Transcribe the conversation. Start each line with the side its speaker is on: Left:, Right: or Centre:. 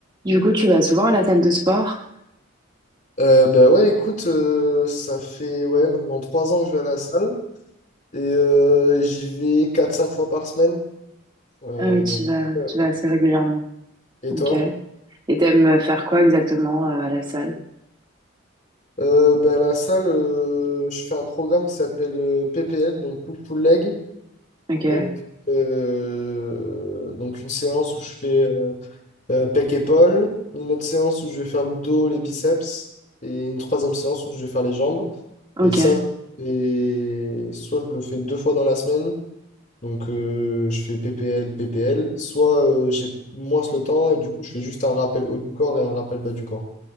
Right: Du coup, tu vas souvent à la salle de sport?
Left: Euh, bah ouais, écoute, euh, ça fait ouais, maintenant trois ans que je vais à la salle et euh, j'y vais quatre cinq fois par semaine. Euh,
Right: Ah oui,
Left: donc,
Right: tu vas,
Left: euh,
Right: tu vas assez régulièrement.
Left: et
Right: Ok.
Left: toi?
Right: Et t'aimes euh, faire quoi exactement euh, à la salle?
Left: Euh, bah, à la salle, euh, je fais un programme qui s'appelle euh, PPL, donc Push Pull Leg.
Right: Ok.
Left: Donc, euh, donc une séance où je fais euh, euh, pec épaule, une autre séance où je vais faire le dos, les biceps et une troisième séance où je vais faire les jambes.
Right: Ok.
Left: Et ça, je le fais- soit je le fais deux fois dans la semaine, Donc, euh, je fais PPL, PPL. Soit euh, j'ai moins le temps et du coup, je fais juste un rappel haut du corps et un rappel bas du corps.